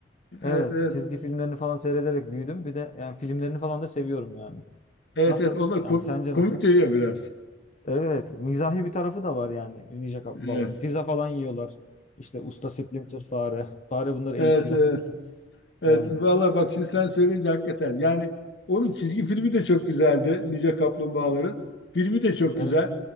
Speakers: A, on the left; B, on the left.
A: evet
B: evet evet.
A: çizgi filmlerini falan seyrederek büyüdüm. Bir de yani filmlerini falan da seviyorum yani.
B: Evet
A: Nasıl?
B: evet onlar
A: Yani
B: komik,
A: sence
B: komik
A: nasıl?
B: de ya biraz.
A: Evet, mizahi bir tarafı da var yani ninja kaplumbağaların.
B: Evet.
A: Pizza falan yiyorlar. İşte usta Splinter fare. Fare bunları
B: Evet,
A: eğitiyor.
B: evet.
A: <laughs>
B: Evet,
A: Yani
B: valla bak şimdi sen söyleyince hakikaten. Yani onun çizgi filmi de çok güzeldi. Ninja Kaplumbağaların. Filmi de çok
A: evet.
B: güzel.